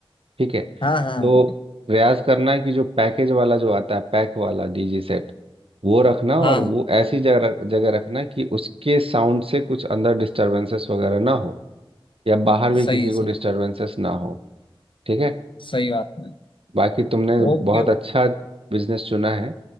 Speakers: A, on the right; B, on the left.
A: ठीक है
B: हाँ हाँ
A: तो प्रयास करना है कि जो पैकेज वाला जो आता है पैक वाला डीजी सेट वो रखना
B: हाँ
A: और वो ऐसी जगह जगह रखना कि उसके साउंड से कुछ अंदर डिस्टरबेंसेस वगैरह ना हो या बाहर भी
B: सही
A: किसी
B: है सही
A: को डिस्टरबेंसेस
B: है।
A: ना हो ठीक है
B: सही बात है
A: बाकी तुमने
B: ओके
A: बहुत
B: भाई
A: अच्छा बिजनेस चुना है